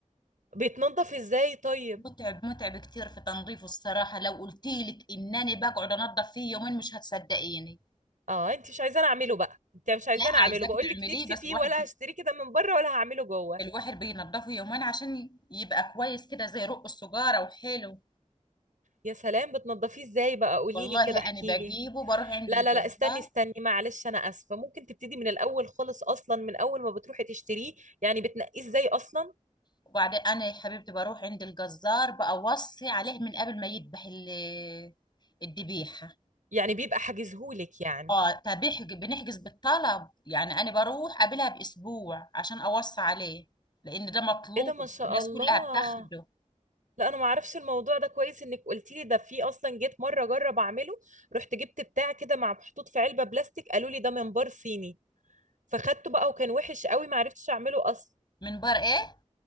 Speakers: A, on the right; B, on the left.
A: بيتنضف ازاي طيب
B: متعب متعب كتير في تنظيفه الصراحه لو قلت لك انني بقعد انظف فيه يومين مش هتصدقيني
A: اه انت مش عايزاني اعمله بقى انت مش عايزاني
B: لا
A: اعمله
B: عايزاك
A: بقول
B: تعمليه
A: لك نفسي
B: بس
A: فيه
B: الواحد
A: ولا
B: بي...
A: هشتريه كده من بره ولا هعمله جوه
B: الواحد بينضفه يومين عشان ي- يبقى كويس كده زي رق السجاره وحلو
A: يا سلام بتنضفيه ازاي بقى قولي
B: والله
A: لي كده
B: انا
A: احكي
B: بجيبه
A: لي
B: بروح عند
A: لا
B: الجزار
A: لا لا استني استني معلش انا اسفه ممكن تبتدي من الاول خالص اصلا من اول ما بتروحي تشتريه يعني بتنقيه ازاي اصلا
B: وبعدين انا يا حبيبتي بروح عند الجزار بأوصي عليه من قبل ما يذبح ال- الذبيحه
A: يعني بيبقى حاجزهولك يعني
B: اه فبيحج بنحجز بالطلب يعني انا بروح قبلها باسبوع عشان اوصي عليه لان ده مطلوب
A: ايه ده ما شاء
B: الناس
A: الله
B: كلها بتاخده
A: لا انا ما اعرفش الموضوع ده كويس انك قلتي لي ده في اصلا جيت مره اجرب اعمله رحت جبت بتاع كده مع محطوط في علبه بلاستيك قالوا لي ده منبار صيني فخدته بقى وكان وحش قوي ما عرفتش اعمله اصلا
B: من بر ايه